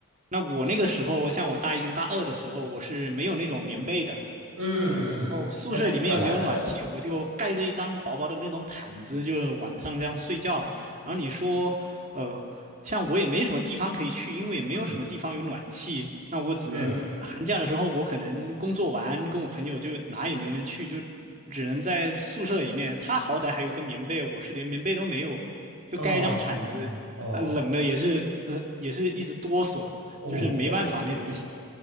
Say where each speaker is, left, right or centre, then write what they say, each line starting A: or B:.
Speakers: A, on the right; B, on the right.
A: 那我那个时候，像我大一跟大二的时候，我是没有那种棉被的，
B: 嗯嗯，
A: 然后宿舍里面又没有暖气，
B: 还是比较难受，
A: 我就盖着一张薄薄的那种毯子，就晚上这样睡觉。然后你说，呃，像我也没什么地方可以去，因为也没有什么地方有暖气，
B: 嗯
A: 那我只能寒假的时候，
B: 嗯。
A: 我可能工作完跟我朋友就哪也没能去，就只能在宿舍里面。他好歹还有个棉被，我是连棉被都没有，就盖一张毯子，
B: 哦哦哦哦，
A: 呃，冷的也是，呃，也是一直哆嗦，
B: 哦，
A: 就是没办法那种。
B: 确实确实